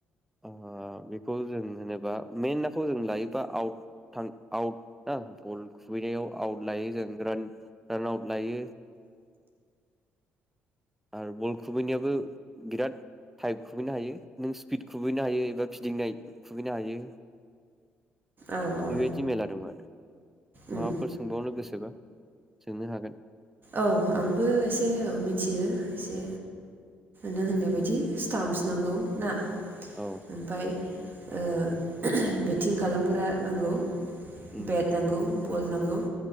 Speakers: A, in the centre; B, on the right (about 40°).
A: ओ बेखौ जों होनोबा मेेन नाखौ जों लायोबा आउट थां आउट ना गल खुबैनायाव आउट लायो जों रान रान आउट लायो। आरो बल खुबैनायाबो बिराद टाइप खुबैनो हायो नों स्पिड खुबैनो हायो एबा फिदिंनाय खुबैनो हायो।
B: औ औ
A: बेबायदि मेला दं आरो
B: उम
A: माबाफोर सोंबावनो गोसोबा सोंनो हागोन।
B: औ आंबो एसे ओ मिथियो एसे नों होननाय बायदि स्टामपस नांगौ ना?
A: औ
B: ओमफ्राय ओ <unintelligible> बेटिं खालामग्रा नांगौ
A: उम
B: बेट नांगौ बल नांगौ